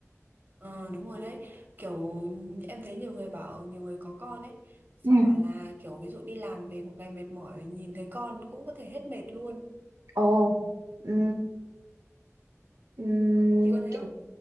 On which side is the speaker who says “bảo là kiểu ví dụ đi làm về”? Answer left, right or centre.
Right